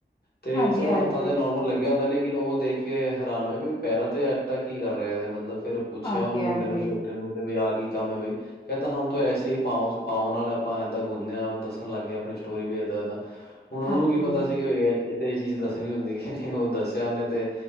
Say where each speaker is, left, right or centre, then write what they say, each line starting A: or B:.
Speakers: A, on the left; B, on the left.
A: ਤੇ
B: ਹਾਂਜੀ-ਹਾਂਜੀ,
A: ਚਲੋ ਹੱਥਾਂ ਤੇ ਨੋਰਮਲ ਲੱਗਿਆ ਹੁੰਦਾ ਲੇਕਿ ਨ ਉਹ ਦੇਖ ਕੇ ਹੈਰਾਨ ਹੋਏ ਵੀ ਪੈਰਾਂ ਤੇ ਆਟਾ ਕੀ ਕਰ ਰਿਹਾ। ਇਹਦੇ ਮਤਲਬ ਫਿਰ ਪੁੱਛਿਆ
B: ਹਾਂਜੀ।
A: ਉਹਨੂੰ ਮੁੰਡੇ ਨੂੰ ਛੋਟੇ ਨੂੰ ਆ ਕੀ ਕੰਮ ਹੈ ਬਈ ਕਹਿ ਦਾ ਹਮ ਤੋਂ ਐਸੇ ਹੀ ਪਾਓ ਸੇ ਪਾਓ ਨਾਲ ਆਪਾਂ ਏਦਾਂ ਗੁਣ ਦੱਸਣ ਲੱਗ ਗਿਆ ਆਪਣੀ ਸਟੋਰੀ ਵੀ ਏਦਾਂ ਏਦਾਂ ਹੁਣ ਉਹਨਾਂ
B: ਹਾਂਜੀ,
A: ਨੂੰ ਕੀ ਪਤਾ
B: ਹਾਂਜੀ,
A: ਸੀ। ਕਿ ਬਾਈ ਏ ਜਿੱਥੇ ਇਹ ਚੀਜ਼ ਦੱਸਣੀ ਹੁੰਦੀ ਕਿ ਨਹੀ ਉਹ ਦੱਸਿਆ ਉਹਨੇ ਤੇ